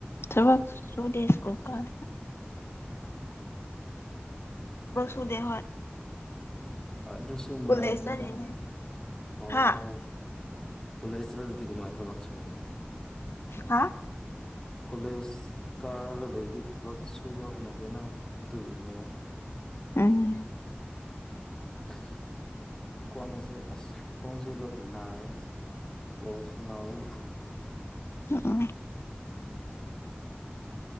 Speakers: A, on the left (about 85°); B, on the left (about 20°).
A: ꯊꯕꯛ ꯁꯨꯗꯦ ꯁ꯭ꯀꯨꯜ ꯀꯥꯢ ꯕꯛꯁꯨꯨꯗꯦ ꯍꯣꯏ
B: ꯑꯗꯨꯁꯨ ꯅꯨꯡꯉꯥꯏꯕꯅꯤꯗ
A: ꯀꯣꯂꯦꯖ ꯆꯠꯂꯤꯅꯦ
B: ꯑꯣ
A: ꯍꯥ
B: ꯀꯣꯂꯦꯖ ꯆꯠꯂꯗꯤ ꯀꯃꯥꯏꯅ ꯊꯕꯛꯁꯨꯅꯤ
A: ꯍꯥꯥ
B: ꯀꯣꯂꯦꯖ ꯀꯥꯔꯒ ꯂꯩꯗꯤ ꯊꯕꯛ ꯁꯨꯕ ꯍꯣꯅꯗꯦꯅ ꯗꯨꯒꯤꯅꯦꯕꯥ
A: ꯎꯝ
B: <unintelligible> ꯈꯋ꯭ꯥꯡꯁꯦ ꯑꯁ ꯈꯣꯡꯁꯦ ꯂꯣꯢ ꯅꯥꯏꯌꯦ ꯕꯣꯜ ꯁꯅꯕꯒꯤ
A: <unintelligible>